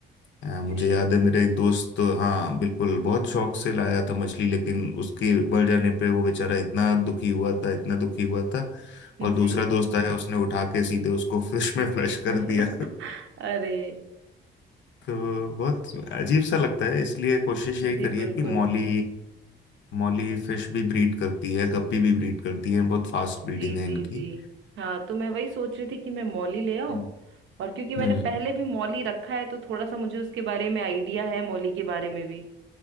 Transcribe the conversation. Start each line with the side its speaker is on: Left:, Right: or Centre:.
Left: अ, मुझे
Right: जी
Left: याद है मेरे एक दोस्त तो, हाँ बिल्कुल बहुत शौक से लाया था मछली लेकिन उसके मर जाने पे वो बेचारा इतना दुखी हुआ था इतना दुखी हुआ था
Right: जी
Left: और दूसरा दोस्त आया उसने उठा के सीधे उसको <laughs> फिश में फ्लश कर
Right: <laughs>
Left: दिया
Right: अरे
Left: तो बहुत अजीब सा लगता है इसलिए कोशिश यही
Right: जी
Left: करिए
Right: बिल्कुल
Left: कि मौली मौली फिश भी ब्रीड करती है गप्पी भी ब्रीड करती है बहुत फास्ट
Right: जी
Left: ब्रीडिंग
Right: जी
Left: है इनकी
Right: जी हाँ तो मैं वही सोच रही थी कि मैं मौली ले आऊं
Left: हम्म।
Right: और क्योंकि मैंने
Left: हम्म
Right: पहले भी मौली रखा है तो थोड़ा सा मुझे उसके बारे में आइडिया है मौली के बारे में भी